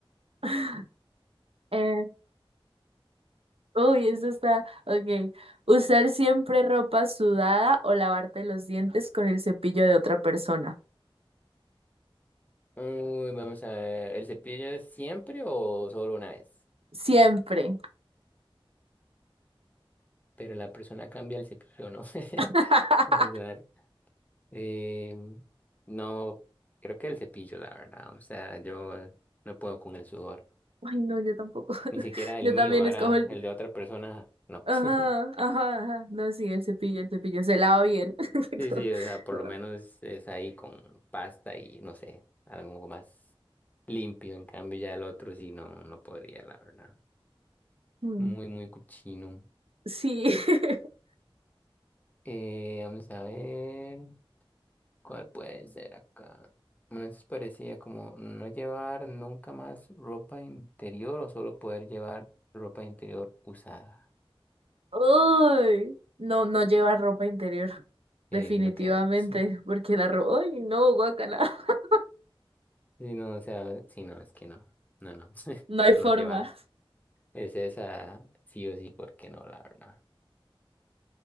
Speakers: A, on the right (about 80°); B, on the left (about 15°).
A: <laughs> Eh, uy, eso está. Ok. Usar siempre ropa sudada o lavarte los dientes con el cepillo de otra persona.
B: Uy, vamos a ver, ¿el cepillo es siempre o solo una vez?
A: Siempre.
B: Pero la persona cambia el cepillo, ¿no?
A: <laughs>
B: <laughs> Vamos a ver. Eh, no, creo que el cepillo, la verdad. O sea, yo no puedo con el sudor.
A: Ay, no, yo tampoco. <laughs>
B: Ni siquiera el
A: Yo
B: mío,
A: también
B: ahora
A: escojo el.
B: el de otra persona, no.
A: Ajá,
B: <laughs>
A: ajá, ajá. No, sí, el cepillo, el cepillo se lava bien. <laughs>
B: Sí, sí, o sea, por lo menos es ahí con pasta y no sé, algo más limpio. En cambio, ya el otro sí no, no podría, la verdad.
A: Mm,
B: Muy, muy cochino.
A: Sí. <laughs>
B: Eh, vamos a ver cuál puede ser acá. Bueno, eso parecía como no llevar nunca más ropa interior o solo poder llevar ropa interior usada.
A: Uy, no, no lleva ropa interior,
B: Sí,
A: definitivamente,
B: creo que sí,
A: porque la ropa, uy, no, guacala, <laughs>
B: Sí, no, o sea, sí, no, es que no, no, no, <laughs>
A: no hay forma.
B: no llevar, es esa sí o sí, porque no, la verdad.